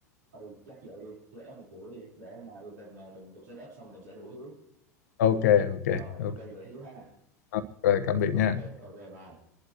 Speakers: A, on the right (about 75°); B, on the left (about 70°).
A: ừ chắc vậy đi set up một buổi đi để hôm nay tùng tùng tùng set up xong tùng sẽ rủ Hiếu
B: ok ok
A: rồi
B: ok,
A: ok vậy Hiếu ha
B: ok. cảm biệt nha
A: ok ok bye